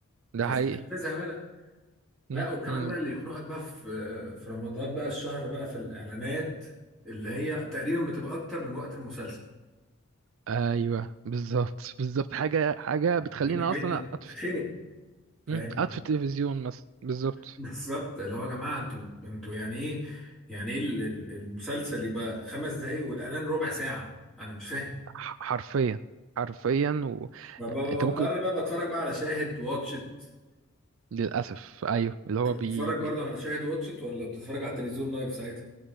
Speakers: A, on the right (about 65°); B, in the centre.
A: ده
B: فاستحيل
A: حقيقي
B: تزهق منها
A: م-
B: لا وكمان
A: م.
B: بقى اللي يخنقك بقى في في رمضان بقى الشهر بقى في الاعلانات اللي هي تقريبا بتبقى اكتر من وقت المسلسل
A: ايوه بالظبط بالظبط حاجه حاجه بتخليني
B: يعني انا
A: اصلا
B: بقيت
A: أطفي
B: اتخنق فاهم
A: مم. قاعد في
B: <laughs>
A: التلفزيون مثلا بالظبط
B: بالظبط اللي هو يا جماعه انتوا انتوا يعني ايه يعني ايه ال- ال- المسلسل يبقى خمس دقايق والاعلان ربع ساعه انا مش فاهم
A: ح- حرفيا حرفيا و...
B: ببقى
A: انت
B: بضطر
A: ممكن
B: بقى بتفرج بقى على شاهد واتشت
A: للاسف ايوه اللي
B: انت
A: هو
B: بتتفرج
A: بي, بي...
B: برضه على شاهد واتشت ولا بتتفرج على التلفزيون لايف ساعتها